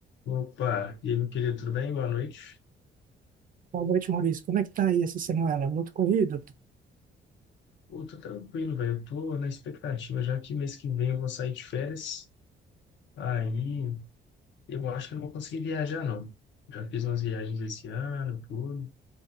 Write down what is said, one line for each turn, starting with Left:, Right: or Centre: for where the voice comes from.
Left: Opa, e aí, meu querido, tudo bem? Boa noite.
Right: Boa noite, Maurício. Como é que tá aí essa semana? Muito corrido?
Left: Pô, tô tranquilo, velho. Eu tô na expectativa, já que mês que vem eu vou sair de férias. Aí eu acho que eu não vou conseguir viajar, não. Já fiz umas viagens esse ano, tudo.